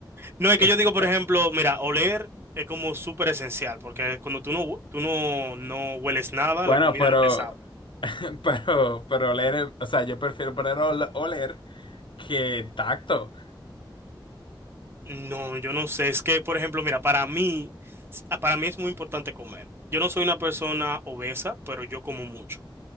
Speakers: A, on the right (about 30°); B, on the left (about 75°).
A: No, es
B: <laughs>
A: que yo digo, por ejemplo, mira, oler es como súper esencial, porque cuando tú no, hu- tú no, no hueles nada,
B: Bueno,
A: la comida
B: pero,
A: no te sabe.
B: <laughs> pero, pero oler, eh, o sea, yo prefiero perder ol- oler que tacto.
A: No, yo no sé, es que, por ejemplo, mira, para mí, s- ah, para mí es muy importante comer. Yo no soy una persona obesa, pero yo como mucho.